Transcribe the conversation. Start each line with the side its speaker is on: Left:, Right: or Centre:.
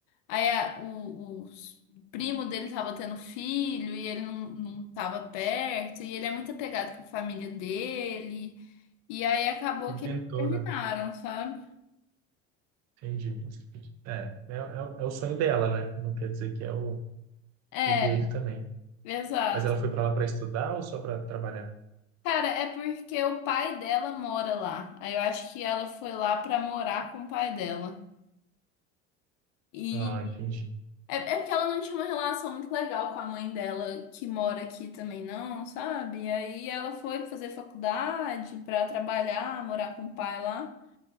Left: aí a- o, os- o primo dele tava tendo filho, e ele não, não tava perto, e ele é muito apegado com a família dele, e aí acabou
Right: Ele
Left: que
Right: tentou,
Left: eles terminaram,
Right: né?
Left: sabe?
Right: Entendi. É, é, é, o é o sonho dela, né? Não quer dizer que é o,
Left: É,
Right: o dele também.
Left: exato.
Right: Mas ela foi para lá para estudar ou só para trabalhar?
Left: Cara, é porque o pai dela mora lá. Aí eu acho que ela foi lá pra morar com o pai dela. E
Right: Ah, entendi.
Left: é, é porque ela não tinha uma relação muito legal com a mãe dela, que mora aqui também, não, sabe? E Aí ela foi fazer faculdade pra trabalhar, morar com o pai lá.